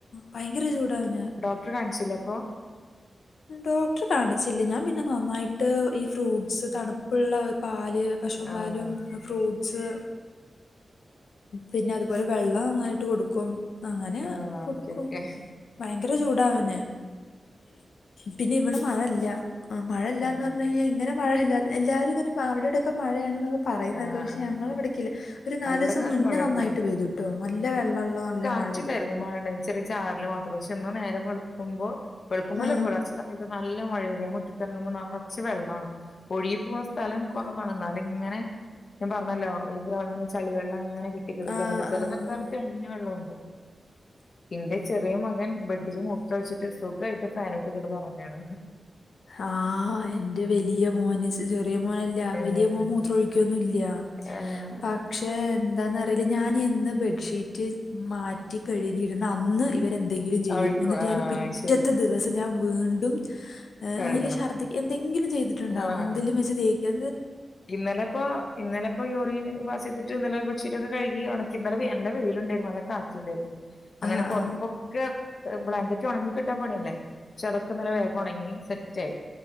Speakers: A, on the left; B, on the left.
A: ഭയങ്കര ചൂടാവ-
B: ഡോക്ടർ കാണിച്ചില്ല അപ്പൊ
A: ഡോക്ടർ കാണിച്ചില്ല ഞാൻ പിന്നെ നന്നായിട്ട് ഈ ഫ്രൂട്ട്സ് തണുപ്പള്ള- പശുംപാലും
B: ആഹ്
A: ഫ്രൂട്ട്സ് പിന്നെ അതുപോലെ വെള്ളംന്നായിട്ട് കൊടുക്കും അങ്ങനെ
B: ആഹ്
A: കൊടുക്കും
B: ഓക്കെ ഓക്കെ
A: ഭയങ്കര ചൂടാവനെ പിന്നെ ഇവിടെ മഴ ഇല്ല മഴല്ലന്ന്
B: ആഹ്
A: പറഞ്ഞ
B: ഓക്കെ
A: - മഴ ഇല്ല എല്ലാവുംങ്ങനെ അവിടെയക്കെ മഴയണെന്ന പറയുന്നതൊക്കെ
B: ആഹ്
A: പക്ഷെ
B: ആഹ്
A: ഞങ്ങളവിടക്ക ഒരു നാലല്
B: ഇവിടൊക്കെ
A: ദിവസം
B: നല്ല
A: മുന്നേ
B: മഴ കേട്ടോ
A: നന്നായിട്ട് പെയ്തുട്ടോ നല്ല വെള്ളമുള്ള നല്ല മഴ
B: മുണ്ടായിരുന്നു
A: പെയ്തു
B: ചെറിയ ചാറൽ- കുറച്ചു ഒന്ന് നേരെ വെളുക്കുമ്പോ വെളുക്കുപോൾ
A: ആ
B: അല്ല, പുലർച്ചെ സമയത്ത് നല്ല മഴയാണ് മുറ്റത്തിറങ്ങുമ്പോ നിറച്ച് വെള്ളമാണ് ഒഴി പോകൻ സ്ഥലം കുറവാണ് എന്നാലും ഇങ്ങനെ ഞാൻ പറഞ്ഞല്ലോ ഈ ചളിവ വെള്ളം അങ്ങനെ കെട്ടിക്കിടുക്കുന്നുണ്ട്
A: ആ ആ
B: ചില
A: ആ
B: സ്ഥലത്ത് തെളിഞ്ഞ വെള്ളം ഉണ്ട് <inaudible> എന്റെ ചെറിയ മകൻ ബെഡിലും മൂത്ര ഒഴിച്ചിട്ട് സുഖയിട്ട് ഫാനും ഇട്ട് കിടന്ന് ഉറങ്ങാണ്
A: ആഹ എന്റെ വലിയ- മോന് ചെറിയ മോനല്ല
B: ഏഹ്
A: വലിയ മോൻ മൂത്രം ഒഴിക്കുവൊന്നുംല്ല
B: ഏഹ്
A: പക്ഷെ എന്താന്നറിയില് ഞാൻ ഇന്ന് ബെഡ്ഷീറ്റ് മാറ്റി കഴുകിയിടുന്ന അന്ന് ഇവരെ- എന്തെങ്കിലും ചെയ്യും
B: ഒഴിക്കും
A: എന്നിട്ട്
B: ആഹ്
A: ഞാൻ പിറ്റത്തെ
B: ശരി
A: ദിവസം ഞാൻ വീണ്ടും-
B: കഴുകണം
A: ഒന്നങ്കും ഛർദ്ദിക്ക എന്തെങ്കിലും ചെയ്തിട്ടുണ്ടോ
B: ആഹ്
A: എന്തങ്കലും വെച്ച് തേയ്ക്കുക
B: ഇന്നലെ ഇപ്പോ ഇന്നലെ യൂറിയൻ പാസ്സ് ചെയ്തി- ഇന്നലെ ബെ്ഷീറ്റ് ഒക്കെ കഴുകി ഉണക്കി നല്ല വെയിലുണ്ടായിരുന്നു നല്ല കാറ്റുണ്ടായിരുന്നു അങ്ങനെ
A: ആ
B: പൊതപ്പൊക്കെ
A: ആ
B: ബ്ലാങ്കറ്റ് ഉണങ്ങി കിട്ടാൻ പണിയല്ലേ പക്ഷെ അതൊക്കെ ഇന്നലെ വേഗം ഉണങ്ങി സെറ്റ് ആയി